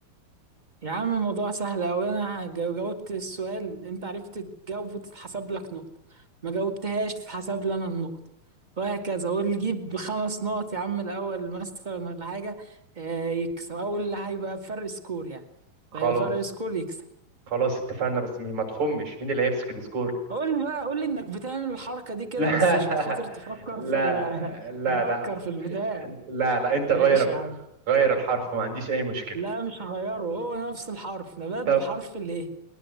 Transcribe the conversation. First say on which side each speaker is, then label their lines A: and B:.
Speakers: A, on the right; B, on the right.
A: يا عم الموضوع سهل أوي أنا جا- جاوبت السؤال أنت عرفت تجاوب وتتحسب لك نقطة ما جاوبتهاش تتحسب لي أنا النقطة وهكذا واللي يجيب بخمس نقط يا عم الأول مثلا ولا حاجة آه، يكسب أول اللي هيبقى بفرق سكور يعني
B: خلاص
A: اللي هيبقى فرق سكور يكسب
B: خلاص اتفقنا بس مش- ما تخمش مين اللي هيمسك السكور
A: قول لي بقى قول لي إنك بتعمل الحركة دي كده
B: <laughs>
A: بس عشان خاطر
B: لا
A: تفكر
B: لا
A: في ال- <laughs>
B: لا
A: تفكر
B: لا
A: في البتاع
B: لا لا انت
A: ماشي
B: غير
A: يا عم
B: غير الحرف ما عنديش اي مشكلة
A: لا مش هغيره هو نفس الحرف نبات
B: طب
A: بحرف الايه